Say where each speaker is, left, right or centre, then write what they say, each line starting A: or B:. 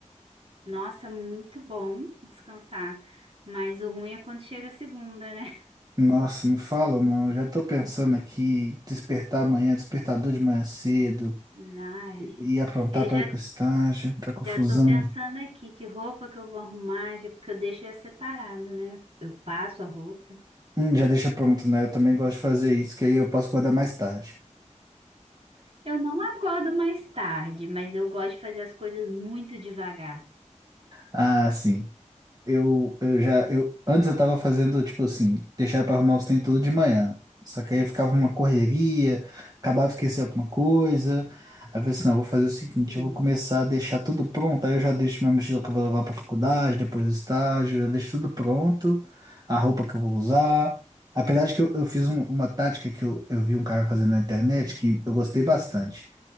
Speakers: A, on the right; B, on the right.
A: Nossa, muito bom descansar. Mas o ruim é quando chega a segunda, né?
B: Nossa, não fala não. Já tô pensando aqui, despertar amanhã, despertador de manhã cedo,
A: <laughs> Ai,
B: e e aprontar
A: eu
B: pra
A: já,
B: ir pro estágio, tá confusão.
A: já tô pensando aqui que roupa que eu vou arrumar, já, porque eu deixo já separado, né? Eu passo a roupa.
B: Hum, já deixa pronto, né? Eu também gosto de fazer isso, que aí eu posso acordar mais tarde.
A: Eu não acordo mais tarde, mas eu gosto de fazer as coisas muito devagar.
B: Ah, sim. Eu, eu já, eu, antes eu tava fazendo, tipo assim, deixar pra arrumar os trem tudo de manhã. Só que aí ficava uma correria, acabava esquecer alguma coisa. Aí eu falei assim, não, eu vou fazer o seguinte,
A: Hum,
B: eu vou começar a deixar tudo pronto, aí eu já deixo minha mochila que eu vou levar pra faculdade, depois do estágio, já deixo tudo pronto, a roupa que eu vou usar. Apesar de que eu, eu fiz um- uma tática que eu, eu vi um cara fazendo na internet que eu gostei bastante.